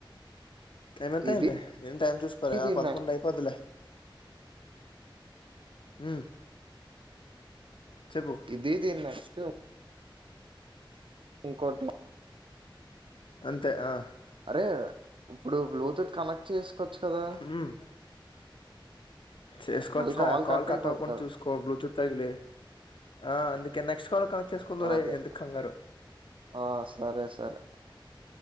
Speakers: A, on the left; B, on the right.
A: టైం ఎంత
B: ఇది
A: అయింది నేను టైం చూసుకోలే
B: దీని
A: ఆ పదకొండు
B: నెక్స్ట్
A: అయిపోదిలే ఉమ్ చెప్పు
B: ఇది ఇదిన్ నెక్స్ట్ ఇంకోటే
A: అంతే ఆ
B: అరే ఇప్పుడు బ్లూటూత్ కనెక్ట్ చేసుకోవచ్చు కదా
A: ఉమ్ చేసుకోవచ్చురా
B: మళ్ళీ
A: కాల్
B: కట్
A: కట్టవ్వకుండా
B: అయిపోద్ది కదా!
A: చూసుకో బ్లూటూత్ తగిలి ఆ అందుకే నెక్స్ట్ కాల్ కనెక్ట్ చేసుకుందువులే
B: ఆ అదే
A: ఎందుకు కంగారు
B: ఆ సరే సరే